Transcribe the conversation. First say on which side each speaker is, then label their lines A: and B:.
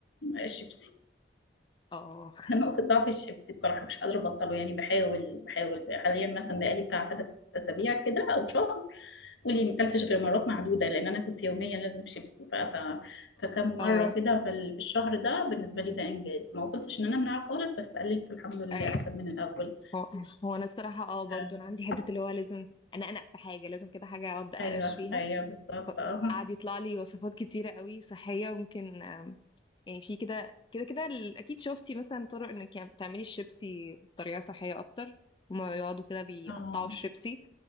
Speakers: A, on the left (about 85°); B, on the left (about 25°).
A: الشيبسي
B: اه
A: <laughs> نقطة ضعف الشيبسي الصراحة مش قادرة أبطله يعني بحاول بحاول حاليا مثلا
B: <laughs>
A: بقالي بتاع ثلاث أسابيع كده أو شهر ولي ما أكلتش غير مرات معدودة لأن أنا كنت يوميا لازم شيبسي ف... ف... فكم مرة
B: اه
A: كده في ال- في الشهر ده بالنسبة لي ده إنجاز ما وصلتش إن أنا أمنعه خالص بس قللت الحمد لله
B: اي
A: أحسن من الأول
B: هو هو انا الصراحه اه برضو
A: آم،
B: انا عندي حته اللي هو لازم انا انق في حاجه لازم كده حاجه اقعد اقرقش
A: أيوه
B: فيها
A: أيوه بالظبط
B: فقعد
A: أه
B: يطلع لي وصفات كتيره قوي صحيه ممكن أم، يعني في كده كده كده ال- اكيد شفتي مثلا طرق انك يعني تعملي الشيبسي بطريقه صحيه اكتر هما يقعدوا كده بيقطعوا
A: أه
B: الشيبسي